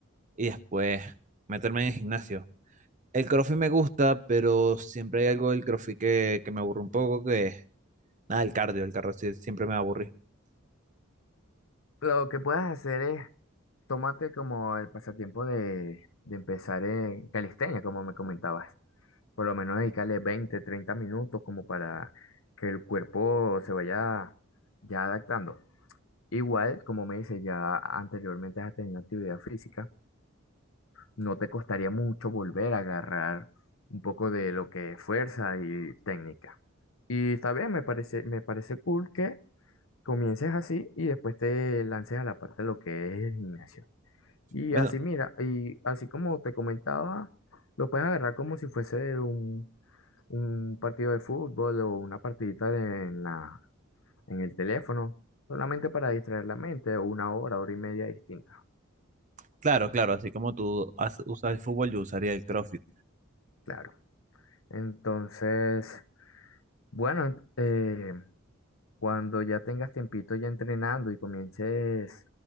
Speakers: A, on the right (about 35°); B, on the left (about 75°).
A: y después meterme en el gimnasio. El CrossFit me gusta, pero siempre hay algo del CrossFit que, que me aburre un poco, que es nada, el cardio, el cardio sí- siempre me aburrí.
B: Lo que puedes hacer es tómate como el pasatiempo de, de empezar en calistenia, como me comentabas. Por lo menos dedicarle 20 30 minutos como para que el cuerpo se vaya ya adaptando. Igual, como me dices, ya anteriormente has tenido actividad física, no te costaría mucho volver a agarrar un poco de lo que es fuerza y técnica. Y está bien, me parece, me parece cool que comiences así y después te lances a la parte de lo que es el gimnasio. Y
A: Bueno,
B: así, mira, y así como te comentaba, lo puedes agarrar como si fuese un, un partido de fútbol o una partidita de- en la, en el teléfono, solamente para distraer la mente, una hora, hora y media distinta,
A: claro, claro, así como tú has- usas el fútbol, yo usaría el CrossFit.
B: claro. Entonces, bueno, eh, cuando ya tengas tiempito ya entrenando y comiences